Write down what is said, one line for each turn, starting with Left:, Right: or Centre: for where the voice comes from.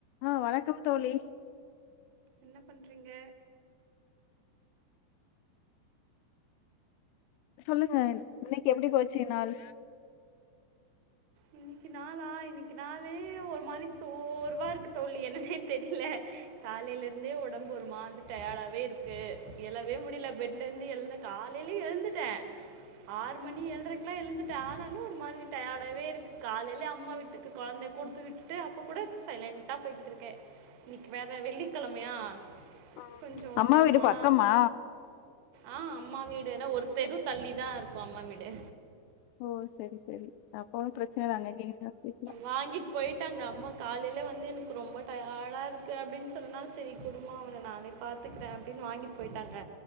Left: அ வணக்கம் தோழி
Right: என்ன பண்ணறீங்க
Left: சொல்லுங்க இன்னக்கு எப்டி போச்சு நாள்
Right: இன்னக்கி நாளா இன்னக்கி நாளே ஒரு மாரி சோர்வா இருக்கு தோழி என்னனே தெரியில காலையிலருந்தே ஒடம்பு ஒரு மாரி டயடாவே இருக்கு எழவே முடியல பெட்ல இருந்து எழுந்த காலைலே எழுந்துட்டே ஆறு மணி ஏழறைகுல்லா எழுந்துட்ட ஆனாலும் ஒரு மாரி டயாடாவே இருக் கு காலையிலயே அம்மா வீட்டுக்கு கொழந்தை குடுத்து விட்டுட்டு அப்ப கூட சைலண்டா போயிட்டு இருக்கே இன்னக்கி வேற வெள்ளிக்கெழமையா
Left: ம்.
Right: கொஞ்சோ
Left: அம்மா
Right: ஒரு
Left: வீடு
Right: மா
Left: பக்கமா
Right: ஆ அம்மா வீடு என்ன ஒருத்தெரு தள்ளிதா இருக்கு அம்மா வீடு
Left: ஓ செரி செரி அப்ப ஒன்னு பிரச்சன இல்ல அங்ககெங்னா வச்சிக்கலா
Right: வாங்கிட் போய்ட்டாங்க அம்மா காலயில வந்து எனக்கு ரொம்ப டயர்டாக இருக்கு அப்டின்னு சொன்னனா செரி குடும்மா அவன நானே பாத்துக்குறே அப்படின்னு வாங்கிட் போய்ட்டாங்க